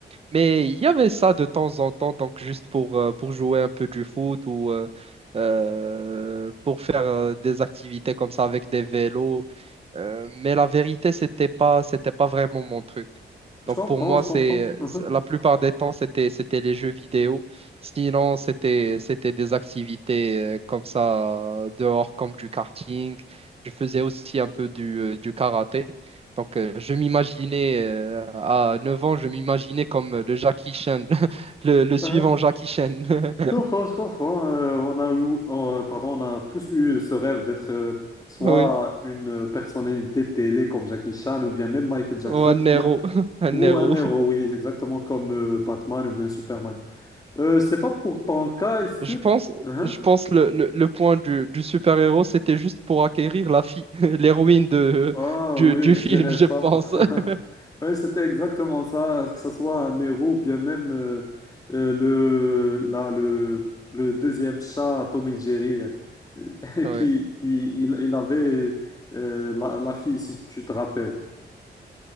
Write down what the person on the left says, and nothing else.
Je
comprends,
je
comprends. hein,
hein.
Je comprends, je comprends. Euh, on a eu, euh, pardon, on a tous eu ce rêve d'être euh, soit
une personnalité de télé comme Jackie Chan ou bien même Michael Jackson
ou
bien
ou
un héros, oui, exactement comme euh, Batman ou bien Superman. Euh, je sais pas pour ton cas, est-ce que
hein
Ah
oui,
je
dirais
ça.
<laughs>
Oui, c'était exactement ça, que ce soit un héros ou bien même euh, euh, le, là, le, le deuxième chat, Tom et Jerry, euh,
<laughs> qui, qui il, il avait euh, la, la fille, si tu te rappelles.